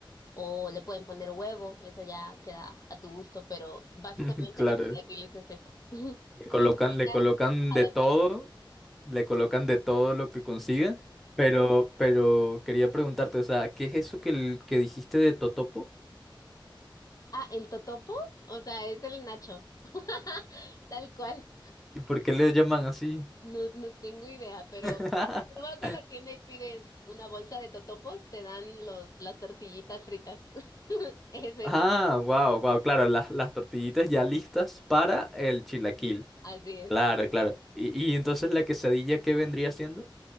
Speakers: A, on the left; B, in the centre.
A: O le pueden poner huevo, eso ya queda a tu gusto, pero básicamente
B: <laughs> Claro,
A: los chilaquiles es eso. <laughs>
B: le colocan,
A: Tortilla
B: le colocan
A: trabajada
B: de
A: en
B: todo
A: pan.
B: le colocan de todo lo que consiga, pero, pero quería preguntarte, o sea, ¿qué es eso que, el- que dijiste de Totopo?
A: Ah, el totopo, o sea, es el nacho. <laughs> Tal cual.
B: ¿Y por qué le llaman así?
A: No, no tengo idea, pero
B: <laughs>
A: tú vas a la tienda y pides una bolsa de totopos, te dan los, las tortillitas fritas. <laughs> Es eso,
B: Ah, wow, wow, claro, las, las tortillitas ya listas para el chilaquil.
A: así es.
B: Claro, claro. ¿Y, y entonces la quesadilla qué vendría siendo?